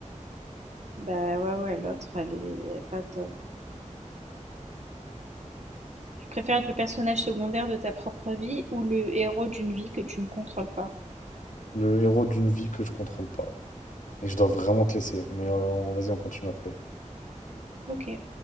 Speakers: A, on the right (about 60°); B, on the left (about 80°).
A: Bah, ouais, ouais, l'autre, elle est elle est pas top. Tu préfères être le personnage secondaire de ta propre vie ou le héros d'une vie que tu ne contrôles pas?
B: Le héros d'une vie que je contrôle pas. Et je dois vraiment te laisser, mais euh, on- vas-y on continue après.
A: OK.